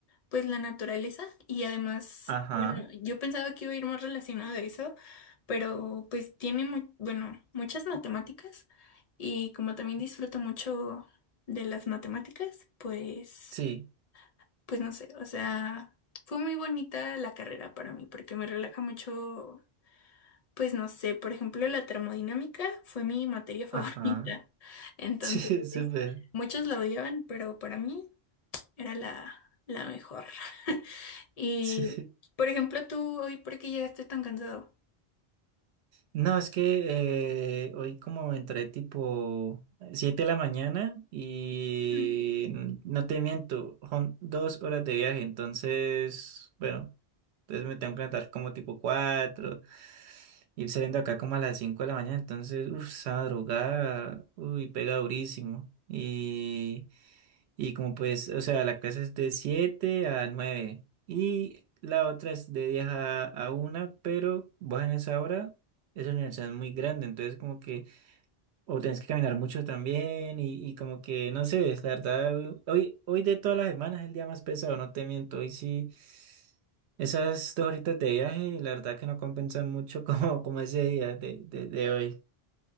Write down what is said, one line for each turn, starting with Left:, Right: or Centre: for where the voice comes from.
Left: pues la naturaleza y además,
Right: Ajá,
Left: bueno, yo pensaba que iba a ir más relacionado de eso, pero pues tiene mu- bueno, muchas matemáticas y como también disfruto mucho de las matemáticas, pues
Right: sí.
Left: pues no sé, o sea, fue muy bonita la carrera para mí porque me relaja mucho, pues no sé, por ejemplo, la termodinámica fue mi materia <laughs> favorita.
Right: Ajá. <laughs>
Left: Entonces,
Right: Sí, súper.
Left: muchos la odiaban, pero para mí era la, la mejor. <laughs> Y,
Right: Sí.
Left: por ejemplo, tú hoy, ¿por qué llegaste tan cansado?
Right: No, es que eh, hoy como entré tipo 7 de la mañana y
Left: Mm.
Right: n- no te miento, son dos horas de viaje, entonces, bueno, entonces me tengo que levantar como tipo cuatro ir saliendo acá como a las 5 de la mañana, entonces, uff, esa madrugada, uy, pega durísimo. Y, y como pues, o sea, la clase es de 7 a 9 y la otra es de 10 a, a una pero bajan esa hora esa universidad es muy grande, entonces como que o tenés que caminar mucho también y, y como que no sé, es la verdad, hoy, hoy de todas las semanas es el día más pesado, no te miento, hoy sí, esas dos horitas de viaje, la verdad que no compensan mucho <laughs> como, como ese día de, de, de hoy.